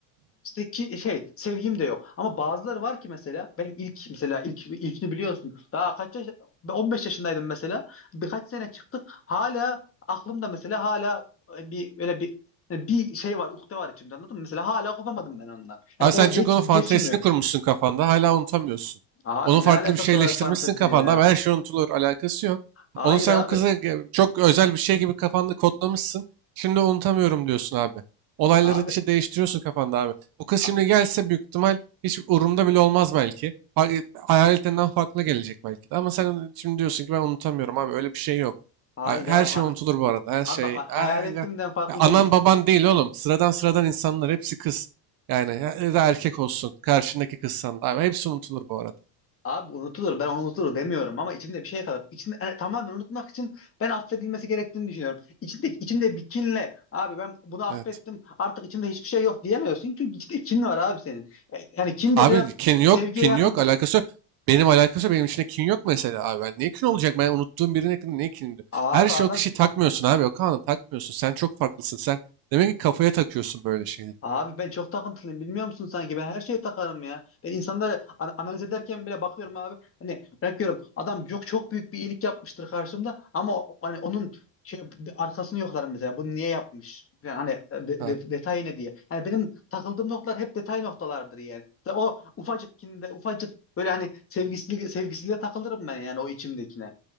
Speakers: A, on the left (about 25°); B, on the right (about 45°).
A: İşte ki şey sevgim de yok. Ama bazıları var ki mesela benim ilk mesela ilk ilkini biliyorsun. Daha kaç yaş 15 yaşındaydım mesela. Birkaç sene çıktık. Hala aklımda mesela hala e, bir öyle bir e, bir şey var, ukde var içimde anladın mı? Mesela hala kopamadım ben ondan. Yani
B: Abi
A: o
B: sen
A: geç
B: çünkü onun fantezisini
A: geçmiyor.
B: kurmuşsun kafanda. Hala unutamıyorsun.
A: Abi
B: Onu farklı
A: ne alakası
B: bir şeyleştirmişsin
A: var fantezi
B: kafanda.
A: ya?
B: Abi her şey unutulur. Alakası yok.
A: Hayır
B: Onu sen
A: abi.
B: o kıza ge- çok özel bir şey gibi kafanda kodlamışsın. Şimdi unutamıyorum diyorsun abi. Olayları
A: Abi
B: işte değiştiriyorsun kafanda abi. O kız
A: ha-
B: şimdi gelse büyük ihtimal hiç umurumda bile olmaz belki. Ha- Hayaletlerinden farklı gelecek belki de. Ama sen şimdi diyorsun ki ben unutamıyorum abi. Öyle bir şey yok.
A: hayır
B: Ha-
A: abi.
B: Her şey
A: Ha-
B: unutulur bu arada. Her
A: abi
B: şey.
A: ha-
B: Ay,
A: hayal
B: ay,
A: ettiğimden
B: ay.
A: farklı
B: Ya Anan
A: değil.
B: baban değil oğlum. Sıradan sıradan insanlar hepsi kız. Yani ya ya da erkek olsun. Karşındaki kızsan da. Abi hepsi unutulur bu arada.
A: Abi unutulur. Ben onu unutulur demiyorum ama içinde bir şey kalır. İçinde e, tamamen unutmak için ben affedilmesi gerektiğini düşünüyorum. İçinde içinde bir kinle abi ben bunu affettim.
B: Evet.
A: Artık içimde hiçbir şey yok diyemiyorsun. Çünkü içinde kin var abi senin. E, Yani kin de
B: Abi
A: biraz
B: kin yok.
A: sevgiye
B: Kin
A: yakındır
B: yok. Alakası
A: ya.
B: yok. Benim alakası yok. Benim içinde kin yok mesela abi. Ben niye kin olacak? Ben unuttuğum birine kin- niye kin diyor?
A: Abi
B: Her şey
A: adam
B: o kişiyi takmıyorsun abi. O kanı takmıyorsun. Sen çok farklısın. Sen demek ki kafaya takıyorsun böyle şeyleri.
A: Abi ben çok takıntılıyım bilmiyor musun sanki ben her şeye takarım ya. Ben insanları an- analiz ederken bile bakıyorum abi. Hani örnek adam yok çok büyük bir iyilik yapmıştır karşımda ama o- hani onun şey bir arkasını yoklarım mesela bunu niye yapmış? Yani hani e, de,
B: Ha.
A: de- detayı ne diye. Yani benim takıldığım noktalar hep detay noktalardır yani. İşte o ufacık kinde ufacık böyle hani sevgisizliğe sevgisizliğe takılırım ben yani o içimdekine.